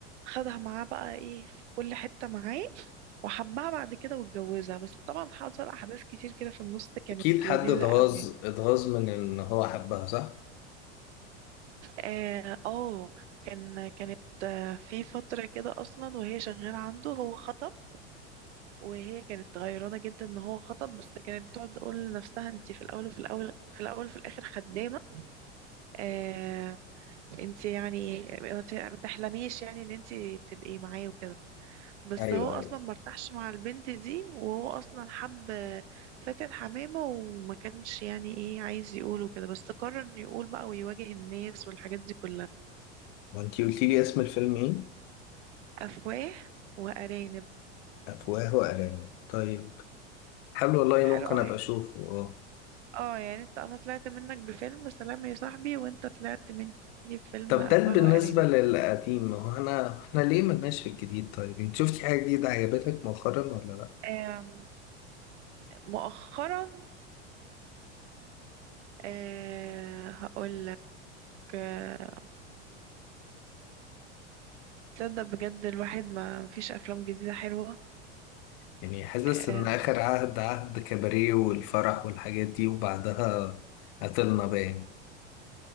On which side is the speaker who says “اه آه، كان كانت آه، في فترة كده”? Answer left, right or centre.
Right